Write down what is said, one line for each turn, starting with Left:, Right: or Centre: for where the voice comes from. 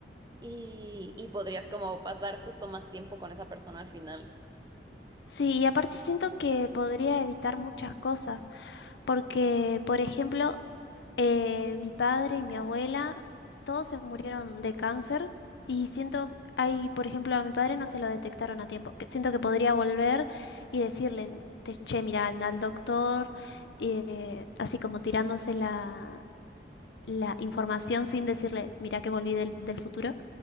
Right: y, y podrías como pasar justo más tiempo con esa persona al final.
Left: Sí, y aparte siento que podría evitar muchas cosas, porque, por ejemplo, eh, mi padre y mi abuela, todos se murieron de cáncer y siento, hay, por ejemplo, a mi padre no se lo detectaron a tiempo. que Siento que podría volver y decirle, te- che, mira, anda al doctor, eh, así como tirándose la, la información sin decirle, mira que volví del, del futuro,